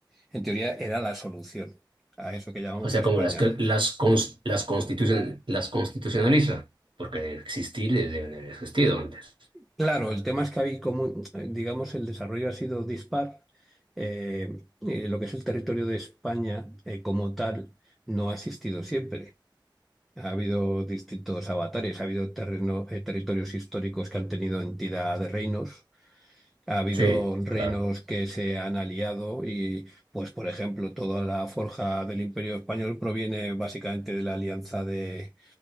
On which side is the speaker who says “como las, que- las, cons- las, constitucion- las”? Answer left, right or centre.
Right